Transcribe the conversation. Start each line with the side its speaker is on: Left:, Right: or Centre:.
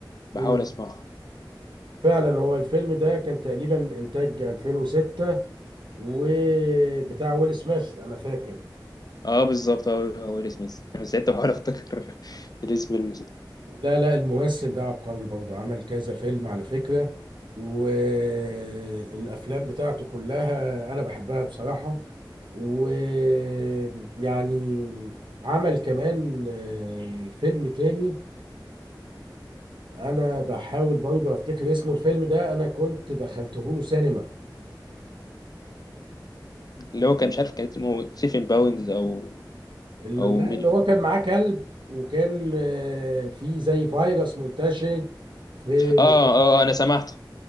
Left: بحاول
Right: مم.
Left: اسمعه
Right: فعلا هو الفيلم ده كان تقريبا انتاج 2006 وبتاع ويل سميث انا فاكر
Left: اه بالظبط هو هو ويل سميث انا ساعتها بحاول افتكر <laughs> الاسم المس-
Right: لا لا الممثل ده عبقري برضه عمل كذا فيلم على فكرة والافلام بتاعته كلها انا بحبها بصراحة ويعني عمل كمان آه، فيلم تاني انا بحاول برضه افتكر اسمه الفيلم ده انا كنت دخلته له سينما
Left: اللي هو كان مش عارف كان اسمه سيفن باوندز او
Right: ال-
Left: او
Right: لا
Left: مين
Right: اللي هو كان معاه كلب وكان آه، في زي فيروس منتشر في
Left: اه اه آه، انا سمعته